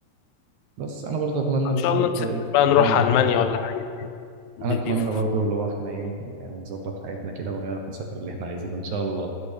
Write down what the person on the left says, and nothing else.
ان
شاء
الله نسافر
بقى نروح
المانيا ولا حاجه دي